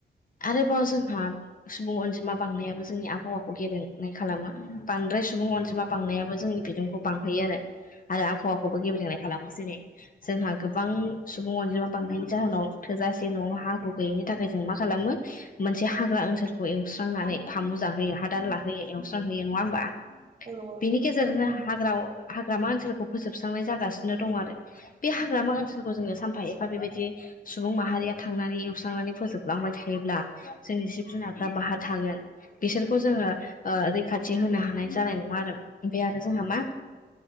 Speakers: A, on the left; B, on the right.
A: आरोबाव जोंहा सुबुं अनजिमा बांनायाबो जोंनि आबहावाखौ गेबेंनाय खालामो। बांद्राय सुबुं अनजिमा बांनायाबो जोंनि बिदुंखौ बांहोयो आरो। आरो आबहावाखौबो गेब्रेंनाय खालामो जेरै जोंहा गोबां सुबुं अनजिमा बांनायनायनि जाहोनाव थोजासे न'आव हा हु गैयिनि थाखाय जों मा खालामो मोनसे हाग्रा ओनसोलखौ एवस्रांनानै फामु जाहोयो हादान लाहोयो एवस्रां होयो नङा ओमबा
B: औ नंगौ नोंथां
A: बिनि गे <unintelligible> हाग्रा हाग्रामा ओनसोलखौ फोजोबस्रांनाय जागासिनो दं आरो। बे हाग्रामा ओनसोलखौ जोङो सानफा एफा बेबायदि सुबुं माहारिया थांनानै एवस्रांनानै फोजोबलांबाय थायोब्ला जोंनि जिब जुनारफ्रा बाहा थागोन बिसोरखौ जोङो ओ रैखाथि होनो हानाय जानाय नङा आरो। ओमफाय आरो जोंहा मा